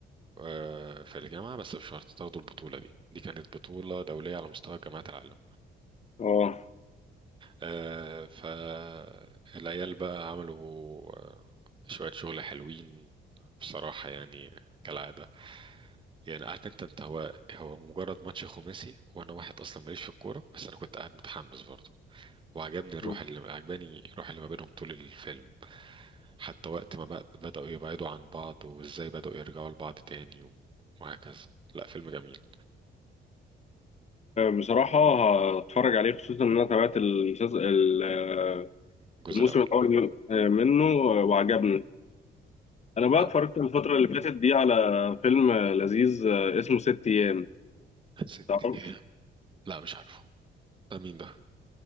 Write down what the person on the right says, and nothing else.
آه، في الجامعة بس بشرط تاخدوا البطولة دي دي كانت بطولة دولية على مستوى جامعات العالم
آه، فالعيال بقى عملوا آه، شوية شغل حلوين بصراحة يعني كالعادة يعني عارف انت انت هو هو مجرد ماتش خماسي وانا واحد اصلا ماليش في الكورة بس انا كنت قاعد متحمس برضه وعجبني الروح
اللي عجباني الروح اللي ما بينهم طول الفيلم حتى وقت ما بق- بدأوا يبعدوا عن بعض وازاي بدأوا يرجعوا لبعض تاني و- وهكذا لا فيلم جميل
الجزء
الأول
لا
ست
أيام لا مش عارفه ده مين ده